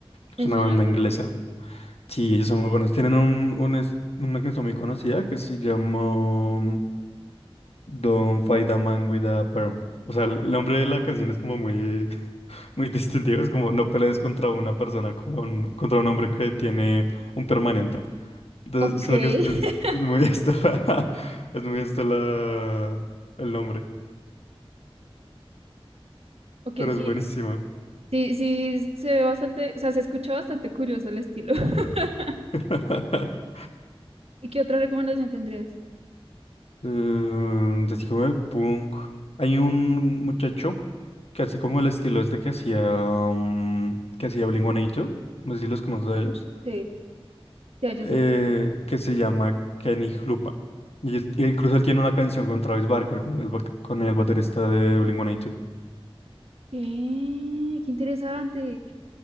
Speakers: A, on the left; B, on the right.
A: Es
B: me
A: una
B: suena
A: banda
B: el
A: inglesa.
B: nombre.
A: Sí, ellos son muy buenos. Tienen un, un es- una canción muy conocida que se llama mm, Don't Fight a Man with a Perm. O sea, el el nombre de la canción es como muy, <laughs> muy distintivo. Es como no pelees contra una persona con, contra un hombre que tiene un permanente. Entonces,
B: Ok,
A: sino
B: <laughs>
A: que es, es- es muy <laughs> esto la- es muy esto la, el nombre.
B: ok,
A: Pero es
B: sí,
A: buenísimo.
B: sí, sí, se ve bastante, o sea, se escucha bastante curioso el estilo. <laughs>
A: <laughs>
B: ¿Y qué otra recomendación tendrías?
A: Eh, así como de punk. Hay un muchacho que así como el estilo es de que hacía mm, que hacía Blink-182, no sé si los conoces a ellos,
B: Sí, sí, yo
A: eh,
B: sí.
A: que se llama Kenny Hlupa. Y, es- y incluso él tiene una canción con Travis Barker, con el, ba- con el baterista de Blink-182.
B: Bien, qué interesante.